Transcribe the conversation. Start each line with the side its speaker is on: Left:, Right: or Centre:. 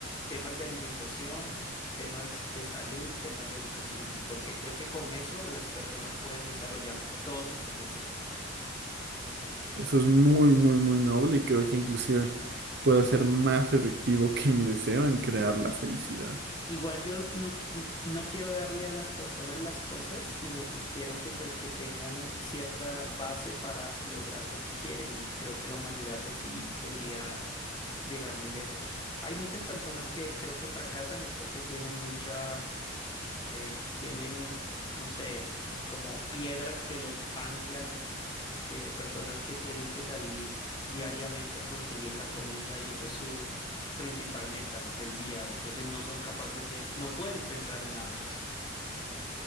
Left: temas de alimentación, temas de salud, temas de educación, porque creo que con eso las personas pueden desarrollar todo su potencial.
Right: Eso es muy, muy, muy noble y creo que inclusive puedo ser más efectivo que mi deseo en crear la felicidad.
Left: Igual yo no, qui- no quiero darle a las personas las cosas, sino que quiero que pues que tengan cierta base para lograr lo que quieren y creo que la humanidad así podría llegar muy lejos. Hay muchas personas que creo que fracasan es porque tienen mucha eh, tienen, no sé, como piedras que los anclan, eh, personas que tienen que salir diariamente a conseguir la comida y esa es su principal meta del día. Entonces no son capaces de, no pueden pensar en nada más.